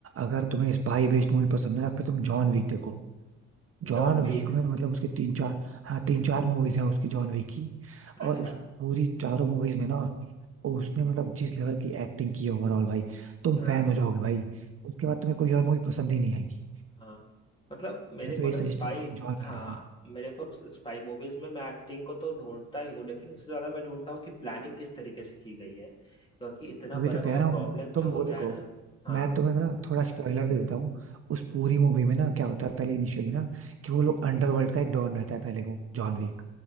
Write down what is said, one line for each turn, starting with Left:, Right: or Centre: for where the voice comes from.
Right: अगर तुम्हें स्पाई बेस्ड मूवी पसंद है ना फिर तुम जॉन विक देखो जॉन
Left: John
Right: विक
Left: Wick
Right: में मतलब उसके तीन चार हाँ तीन चार मूवीज हैं उसकी जॉन विक की
Left: अच्छा
Right: और उस पूरी चारों मूवीज में ना उसने मतलब जिस लेवल की एक्टिंग की है ओवरऑल भाई तुम
Left: हाँ
Right: फैन हो जाओगे भाई उसके बाद तुम्हें कोई और मूवी पसंद ही नहीं आएगी
Left: हाँ मतलब मेरे
Right: मैं तो
Left: को
Right: ये
Left: ना
Right: सजेस्ट
Left: स्पाई
Right: करूंगा तुम जॉन
Left: हाँ
Right: विक देखो
Left: मेरे को स्पाई मूवीज में मैं एक्टिंग को तो ढूंढता ही हूँ लेकिन उससे ज्यादा मैं ढूंढता हूँ कि प्लानिंग किस तरीके से की गई है क्योंकि इतना
Right: अभी
Left: बड़ा
Right: तो कह
Left: बड़ा
Right: रहा
Left: प्रॉब्लम
Right: हूँ तुम
Left: जो होता
Right: वो देखो
Left: है ना हाँ
Right: मैं तुम्हें ना थोड़ा स्पॉइलर दे देता हूँ उस पूरी मूवी में ना क्या होता है पहले इनिशियली ना कि वो लोग अंडरवर्ल्ड का एक डॉन रहता है पहले वो जॉन विक